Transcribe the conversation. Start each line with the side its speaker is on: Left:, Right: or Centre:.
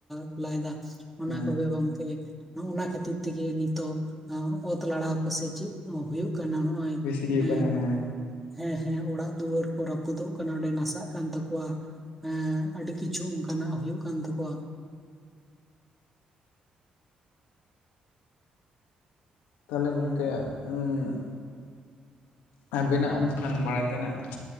Centre: ᱠᱷᱚᱞᱟᱭᱮᱫᱟ ᱚᱱᱟ
Left: ᱦᱮᱸ
Centre: ᱠᱚᱜᱮ ᱜᱚᱢᱠᱮ, ᱦᱚᱜ-ᱱᱟ ᱠᱷᱟᱹᱛᱤᱨ ᱛᱮᱜᱮ ᱱᱤᱛᱚᱜ ᱚᱛ ᱞᱟᱲᱟᱣ ᱠᱚᱥᱮ ᱪᱮᱜ ᱠᱚ ᱦᱳᱭᱳᱜ ᱠᱟᱱᱟ ᱱᱚᱜᱼᱚᱭ
Left: ᱵᱮᱥᱤ ᱦᱩᱭᱩᱜ
Centre: ᱮᱸ
Left: ᱠᱟᱱᱟ ᱦᱮᱸ
Centre: ᱦᱮᱸ ᱦᱮᱸ ᱚᱲᱟᱜ ᱫᱩᱣᱟᱹᱨ ᱠᱚ ᱨᱟᱹᱯᱩᱫᱚᱜ ᱠᱟᱱᱟ ᱚᱸᱰᱮ ᱱᱟᱥᱟᱜ ᱠᱟᱱ ᱛᱟᱠᱚᱣᱟ, ᱮᱸ ᱟᱹᱰᱤ ᱠᱤᱪᱷᱩ ᱚᱱᱠᱟᱱᱟᱜ ᱦᱩᱭᱩᱜ ᱠᱟᱱ ᱛᱟᱠᱚᱣᱟ᱾
Left: ᱛᱟᱦᱚᱞᱮ ᱜᱚᱢᱠᱮ ᱩᱸ ᱟᱵᱤᱱᱟᱜ ᱚᱱᱠᱟᱱ ᱵᱟᱲᱟᱭ ᱛᱮᱱᱟᱜ